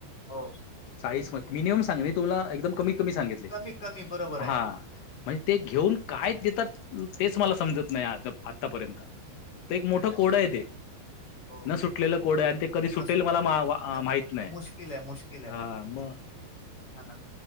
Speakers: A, on the left (about 25°); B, on the left (about 65°).
A: हो
B: चाळीस म मिनिमम सांग म तुम्हाला एकदम कमी कमी सांगितले
A: कमी कमी बरोबर आहे
B: हा म्हणजे ते घेऊन कायच देतात तेच मला समजत नाही आ आतापर्यंत त एक
A: तर
B: मोठा
A: काय
B: कोडा आहे ते
A: हो
B: न सुटलेलं कोडं आहे आणि ते कधी सुटेल
A: न सुटलेलं,
B: मला मा
A: सुटण
B: वा माहीत नाही.
A: मुश्किल आहे मुश्किल आहे.
B: हां, मग
A: हा ना.